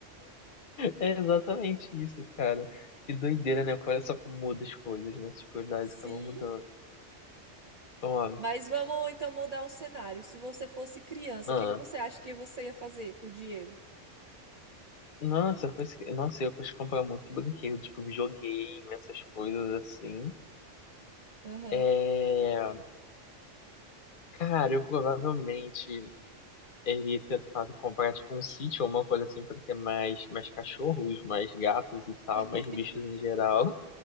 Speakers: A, on the left; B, on the right.
A: é, é exatamente isso, cara. Que doideira, né? Olha só como muda as coisas, né? As prioridades
B: Sim.
A: acabam mudando. Ó,
B: Mas vamos então mudar o cenário. Se você fosse criança,
A: ah,
B: o que que você acha que você ia fazer com o dinheiro?
A: nossa, foi, esque- nossa, eu posso comprar muito brinquedo, tipo, videogame, essas coisas assim.
B: Aham,
A: É, Cara, eu provavelmente. ele ia tentar comprar tipo um sítio ou uma coisa assim pra ter mais, mais cachorros, mais gatos e tal,
B: <laughs>
A: mais bichos em geral.